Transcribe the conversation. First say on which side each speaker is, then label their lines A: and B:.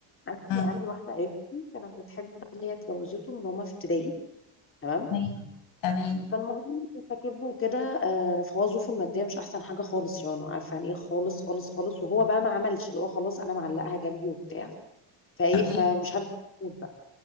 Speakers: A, on the left; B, on the left.
A: عندي
B: امم
A: عندي واحده قريبتي كانت بتحب اللي هي اتجوزته من هما في ابتدائي تمام
B: تمام تمام
A: فالمهم فكبه وكده آه، فهو ظروفه الماديه مش احسن حاجه خالص يعني عارفه يعني ايه خالص خالص خالص وهو بقى ما عملش اللي هو خلاص انا معلقها جنبي وبتاع فايه
B: تمام
A: فمش هبدا اموت بقى